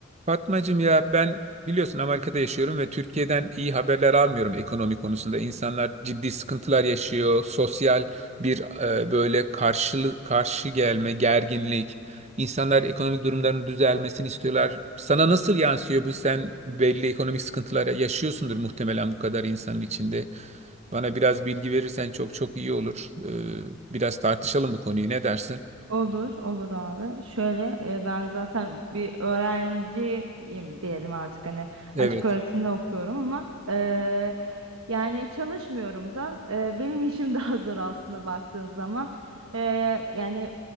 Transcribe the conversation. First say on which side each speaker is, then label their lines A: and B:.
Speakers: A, on the right; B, on the right.
A: Fatmacığım ya ben biliyorsun Amerika'da yaşıyorum ve Türkiye'den iyi haberler almıyorum ekonomi konusunda. İnsanlar ciddi sıkıntılar yaşıyor. Sosyal bir e, böyle karşılık karşı gelme, gerginlik. İnsanlar ekonomik durumlarının düzelmesini istiyorlar. Sana nasıl yansıyor bu? Sen belli ekonomik sıkıntılara yaşıyorsundur muhtemelen bu kadar insanın içinde. Bana biraz bilgi verirsen çok çok iyi olur. Ee, biraz tartışalım bu konuyu. Ne dersin?
B: Olur, olur abi. Şöyle e, ben zaten bir öğrenciyim diyelim artık hani
A: Evet,
B: açık öğretimde okuyorum ama e, yani çalışmıyorum da e, benim işim <laughs> daha zor aslında baktığın zaman. E, yani